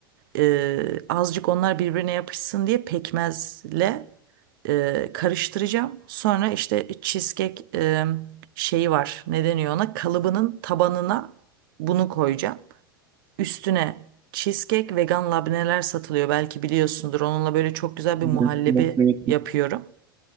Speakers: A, on the right (about 65°); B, on the right (about 30°).
A: Ee, azıcık onlar birbirine yapışsın diye pekmezle e, karıştıracağım. Sonra işte cheesecake e, şeyi var. Ne deniyor ona? Kalıbının tabanına bunu koyacağım. Üstüne cheesecake vegan labneler satılıyor. Belki biliyorsundur. Onunla böyle çok güzel bir
B: Evet,
A: muhallebi
B: evet, evet.
A: yapıyorum.